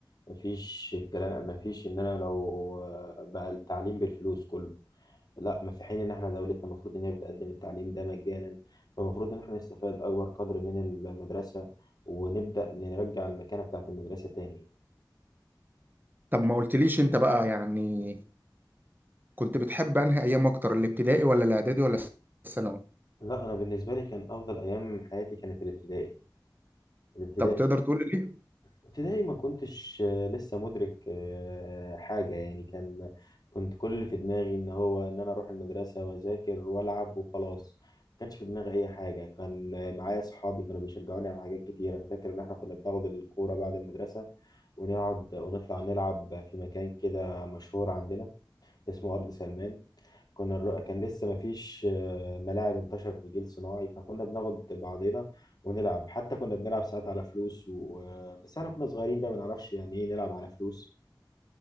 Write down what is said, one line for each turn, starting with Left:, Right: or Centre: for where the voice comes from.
Left: مفيش الكلام مفيش ان انا لو آه، بقى التعليم بالفلوس كله لا ما في حين ان احنا دولتنا المفروض ان هي بتقدم التعليم ده مجانا فالمفروض ان احنا نستفاد اكبر قدر من المدرسة ونبدأ نرجع المكانة بتاعت المدرسة تاني
Right: طب ما قلتليش انت بقى يعني كنت بتحب انهي ايام اكتر الابتدائي ولا الاعدادي ولا الثانوي
Left: لا انا بالنسبة لي كان افضل ايام حياتي كانت الابتدائي الابتدائي
Right: طب تقدر تقول لي ليه
Left: ابتدائي ما كنتش آه، لسه مدرك آه، حاجة يعني كان كنت كل اللي في دماغي ان هو ان انا اروح المدرسة واذاكر والعب وخلاص ما كانش في دماغي اي حاجة كان آه، معايا صحابي كانوا بيشجعوني على حاجات كتير انا فاكر ان احنا كنا بناخد الكورة بعد المدرسة ونقعد ونطلع نلعب في مكان كده مشهور عندنا اسمه أرض سلمان كنا الر- كان لسه مفيش آه، ملاعب انتشرت لجيل صناعي فكنا بناخد بعضينا ونلعب حتى كنا بنلعب ساعات على فلوس و... آه، بس احنا كنا صغيرين بقى ما نعرفش يعني ايه نلعب على فلوس